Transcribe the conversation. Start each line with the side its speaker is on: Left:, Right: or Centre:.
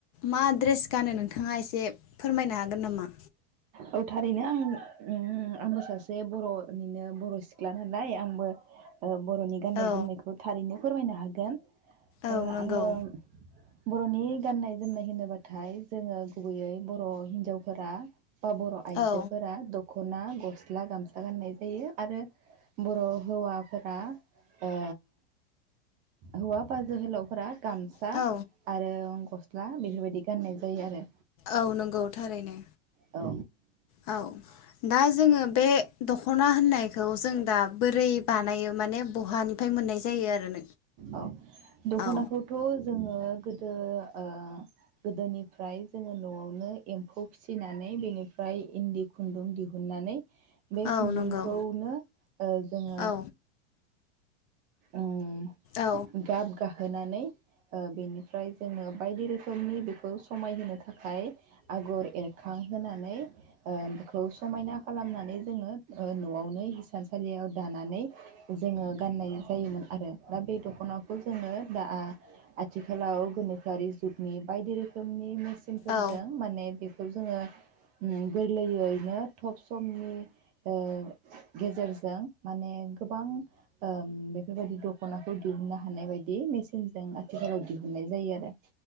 Left: मा ड्रेस गानो नोंथाङा एसे फोरमायनो हा गोन नामा
Right: औ थारैनो आं ओम आंबो सासे बर'निनो बर' सिख्ला नालाय आंबो ओ बर'नि गाननाय
Left: औ
Right: जोमनायखौ थारैनो फोरमायनो हागोन
Left: औ
Right: ओ
Left: नंगौ
Right: आङो बर'नि गाननाय जोमनाय होनोबाथाय जोङो गुबैयै बर' हिनजाव फोरा बा बर' आइजोफोरा
Left: औ
Right: दख'ना गस्ला गामसा गाननाय जायो आरो बर' हौवाफोरा ओ हौवा बा जोहोलावफोरा गामसा
Left: औ
Right: आरो गस्ला गसला बेफोरबायदि गाननाय जायो आरो
Left: औ नंगौ थारैनो
Right: औ
Left: औ दा जोङो बे दख'ना होननायखौ जों दा बोरै बानायो माने बहानिफ्राय मोननाय जायो आरो
Right: औ दख'नाखौथ'
Left: औ
Right: जोङो गोदो ओ गोदोनिफ्राय जोङो न'आवनो एम्फौ फिसिनानै बेनिफ्राय इन्दि खुनदुं दिहुनन्नानै बे
Left: औ
Right: खुनदुंखौनो
Left: नंगौ
Right: ओ जोङो
Left: औ
Right: ओह
Left: औ
Right: गाब गाहोनानै ओ बेनिफ्राय जोङो बायदि रोखोमनि बेखौ समायहोनो थाखाय आगर एरखां होनानै बेखौ समायना खालामनानै जोङो न'आवनो हिसानसालियाव दानानै जोङो गाननाय जायोमोन आरो दा बे दख'नाखौ जोङो दा आथिखालाव गोनोखोआरि जुगनि बायदि रोखोमनि मिचिंफोरजों
Left: औ
Right: माने खौ जोङो गोरलैयैनो थब समनि ओ गेजेरजों माने गोबां ओ बेफोरबायदि दखनाखौ दिहुननो हानाय बायदि मेसिनजों आथिखालाव दिहुननाय जायो आरो